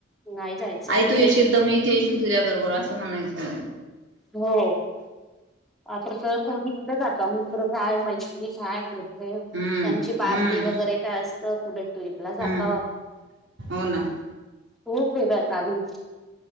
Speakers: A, in the centre; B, on the right (about 80°).
A: नाही जायचं
B: आई
A: कुठेच
B: तू येशील त मीच येइन तुझ्या बरोबर आसं म्हणायचो.
A: हो आता त कोणी कुठं जाता म दुसरं काय मैत्रीण एक हाय <unintelligible> त्यांची
B: हम्म
A: पार्टी
B: हम्म
A: वगैरे काय असतं कुठे ट्रिपला जाता
B: हम्म हो ना
A: खूप <unintelligible> चालून